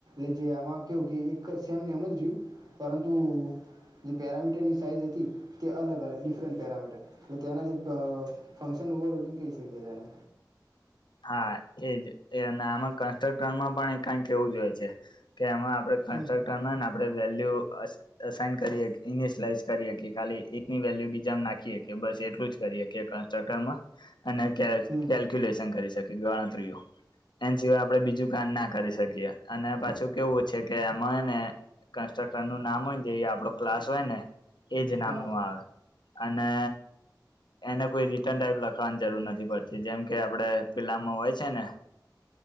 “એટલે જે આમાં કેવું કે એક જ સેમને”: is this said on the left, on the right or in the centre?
Right